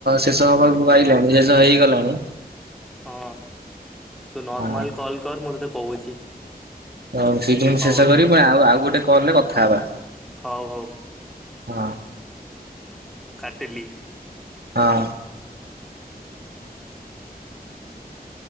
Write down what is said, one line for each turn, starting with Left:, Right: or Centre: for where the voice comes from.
Right: ଶେଷ ହବାକୁ ଆଇଲାଣି ଶେଷ ହେଇଗଲାଣି।
Centre: ହଁ ତୁ ନର୍ମାଲ
Right: ହଁ।
Centre: କଲ୍ କର ମୁଁ ତୋତେ କହୁଛି।
Right: ହଉ ସେଇଠି ମୁଁ
Centre: ହଉ
Right: ଶେଷ କରିବି। ପୁଣି ଆଉ ଆଉ ଗୋଟେ କଲ୍ ରେ କଥା ହବା
Centre: ହଉ
Right: ହଁ।
Centre: ହଉ କାଟିଲି।
Right: ହଁ।